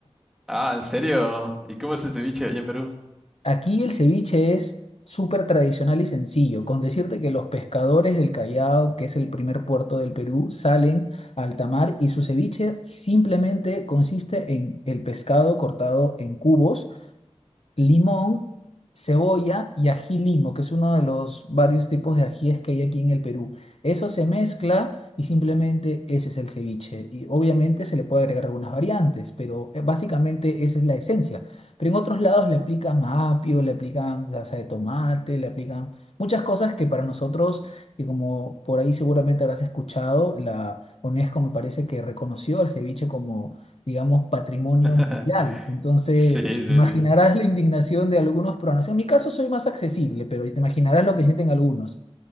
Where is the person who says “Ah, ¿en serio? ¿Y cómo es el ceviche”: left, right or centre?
Centre